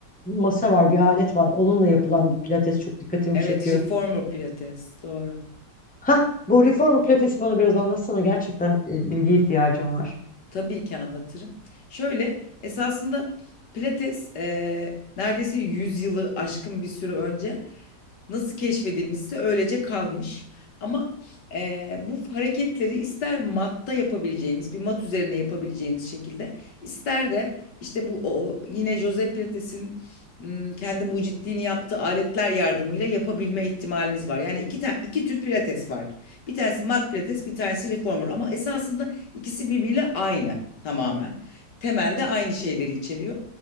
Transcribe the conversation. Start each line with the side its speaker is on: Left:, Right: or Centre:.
Centre: masa var, bir alet var. Onunla yapılan bir pilates çok dikkatimi
Left: Evet,
Centre: çekiyor.
Left: reformer pilates. Doğru.
Centre: Hah, bu reformer pilatesi bana biraz anlatsana. Gerçekten e, bilgiye ihtiyacım var.
Left: Tabii ki anlatırım. Şöyle esasında Pilates eee, neredeyse 100 yılı aşkın bir süre önce nasıl keşfedilmişse öylece kalmış. Ama eee, bu f- hareketleri ister matta yapabileceğimiz bir mat üzerinde yapabileceğimiz şekilde ister de işte bu o, yine Joseph Pilates'in m, kendi mucitliğini yaptığı aletler yardımıyla yapabilme ihtimalimiz var. Yani iki, ta- iki tür pilates var. Bir tanesi mat pilates, bir tanesi reformer. Ama esasında İkisi birbiriyle aynı tamamen. Temelde aynı şeyleri içeriyor.